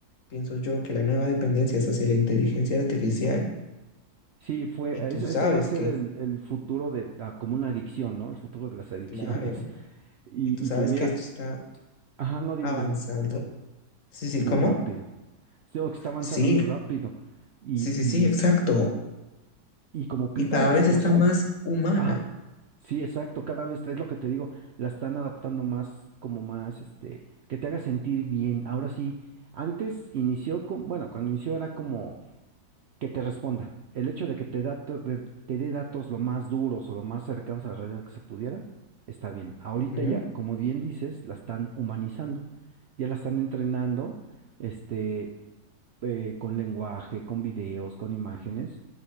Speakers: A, on the left (about 60°); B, on the right (about 65°).
A: pienso yo que la nueva dependencia es hacia la inteligencia artificial,
B: sí, fue,
A: y tú
B: eso,
A: sabes
B: eso va a ser
A: que,
B: el, el futuro de la, como una adicción, ¿no? El futuro de las adicciones.
A: claro,
B: <laughs> Y,
A: y tú sabes
B: y pues mira,
A: que esto está
B: ajá, no, dime,
A: avanzando.
B: dime,
A: Sí, sí,
B: muy
A: ¿cómo?
B: rápido. Sí, que está avanzando
A: Sí,
B: muy rápido. Y,
A: sí, sí, sí, exacto.
B: Y como pintan
A: Y cada
B: las
A: vez
B: cosas,
A: está más humana.
B: ajá, sí, exacto, cada vez es lo que te digo, la están adaptando más, como más, este, que te haga sentir bien. Ahora sí, antes inició con, bueno, cuando inició era como que te responda. El hecho de que te dato- de- te dé datos lo más duros o lo más cercanos a la realidad que se pudiera, está bien. Ahorita
A: Ujú,
B: ya, como bien dices, la están humanizando, ya la están entrenando, este, eh, con lenguaje, con videos, con imágenes